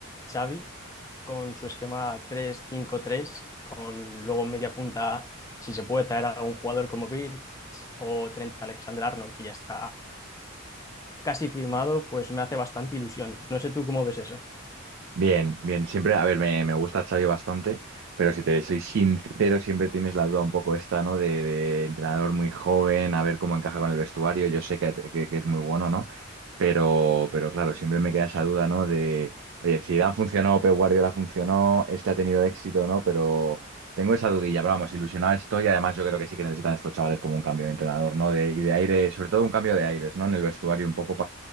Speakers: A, on the left; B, on the right.
A: Xavi con su esquema tres cinco tres con luego media punta, si se puede traer a un jugador como Birch o Trent Alexander-Arnold, que ya está casi firmado, pues me hace bastante ilusión. No sé tú cómo ves eso.
B: Bien, bien, siempre, a ver, me, me gusta Xavi bastante, pero si te soy sincero, siempre tienes la duda un poco esta, ¿no? De, de entrenador muy joven, a ver cómo encaja con el vestuario, yo sé que, que- que es muy bueno, ¿no? Pero, pero claro, siempre me queda esa duda, ¿no? De, oye, Zidane funcionó, Pep Guardiola funcionó, este ha tenido éxito, ¿no? Pero tengo esa dudilla, pero vamos, ilusionado estoy, además yo creo que sí que necesitan estos chavales como un cambio de entrenador, ¿no? De, y de aire, sobre todo un cambio de aires, ¿no? En el vestuario un poco